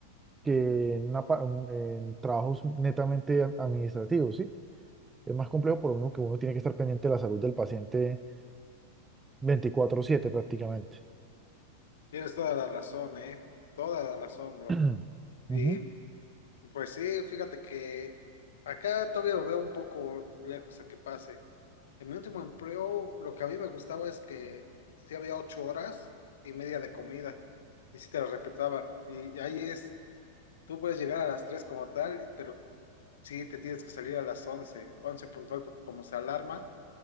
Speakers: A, on the right; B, on the left.
A: que en, una pa- un- en trabajos netamente a- administrativos, ¿sí? Es más complejo por lo mismo que uno tiene que estar pendiente de la salud del paciente veinticuatro siete prácticamente.
B: Tienes toda la razón, ¿eh? Toda la razón, bro.
A: <clears throat>
B: Y
A: Ujú.
B: pues sí, fíjate que acá todavía lo veo un poco lejos a que pase. En mi último empleo, lo que a mí me gustaba es que sí había ocho horas y media de comida, y sí te lo respetaban. Y, y ahí es, tú puedes llegar a las tres como tal, pero sí te tienes que salir a las once, once puntual, porque como se alarma,